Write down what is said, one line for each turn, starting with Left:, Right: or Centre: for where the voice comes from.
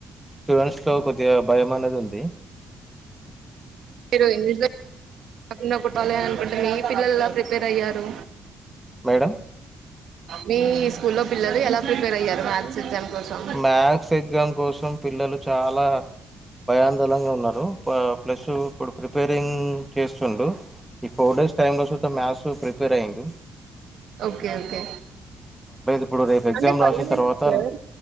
Centre: స్టూడెంట్స్ లో కొద్దిగా భయం అనేది ఉంది
Right: మీరు <unintelligible> మీ పిల్లలు ఎలా ప్రిపేర్ అయ్యారు
Centre: మేడం
Right: మీ స్కూల్ లో పిల్లలు ఎలా ప్రిపేర్ అయ్యారు మ్యాథ్స్ ఎగ్జామ్ కోసం
Centre: మ్యాథ్స్ ఎగ్జామ్ కోసం పిల్లలు చాలా భయందోలంగ ఉన్నరు ప ప్లస్ ఇప్పుడు ప్రెపెరింగ్ చేస్తుండు ఈ ఫోర్ డేస్ టైమ్ లో సుతం మ్యాథ్స్ ప్రిపేర్ అయిండు
Right: ఓకే ఓకే
Centre: ఇప్పుడు రేపు ఎగ్జామ్
Right: అంటే భయం
Centre: రాసిన తర్వాత
Right: ఏంద్ క్ సార్